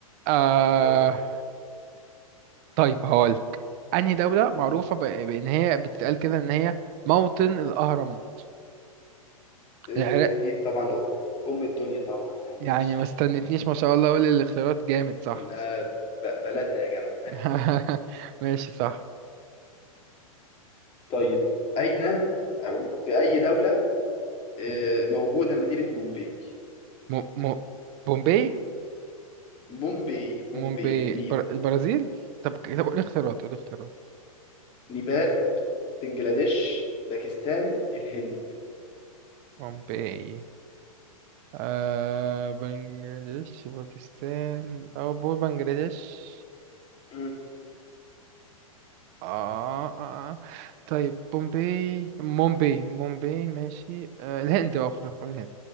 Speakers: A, on the right; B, on the left.
A: آه...
B: يلا
A: طيب هقولك أنهي دولة معروفة
B: مم.
A: ب... بإن هي بتتقال كده إن هي موطن الأهرامات
B: إيه
A: العراق
B: اكيد طبعا ام الدنيا طبعا يعني
A: يعني
B: مصر
A: ما استنتنيش ما شاء الله اقول الاختيارات جامد صح
B: ده ب- بلدنا يا جدع
A: <laughs> ماشي صح
B: طيب أين أو في أي دولة آه، موجودة مدينة مومباي
A: م... م... بومبي
B: مومباي مومباي
A: مومباي
B: بالميم
A: البر... البرازيل طب طب قول اختيارات قول اختيارات
B: نيبال بنجلاديش باكستان الهند
A: بومباي آه... بنجلاديش باكستان او بقول بنجلاديش
B: مم.
A: آه, آه, آه. طيب بومباي مومباي مومباي ماشي آه الهند اخرى الهند